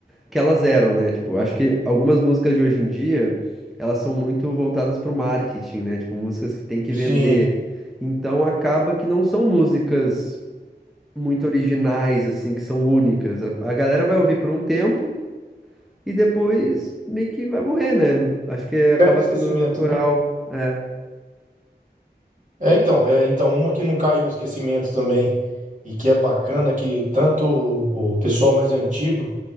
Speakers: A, in the centre; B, on the right.
A: que elas eram, né? Tipo, acho que algumas músicas de hoje em dia, elas são muito voltadas pro marketing, né? Tipo, músicas que tem que
B: sim.
A: vender. Então acaba que não são músicas muito originais, assim, que são únicas. A, a galera vai ouvir por um tempo e depois meio que vai morrer, né? Acho que acaba
B: Cai no esquecimento,
A: sendo natural.
B: né?
A: É.
B: É, então, é, então, uma que não caiu no esquecimento também e que é bacana que tanto o, o pessoal mais antigo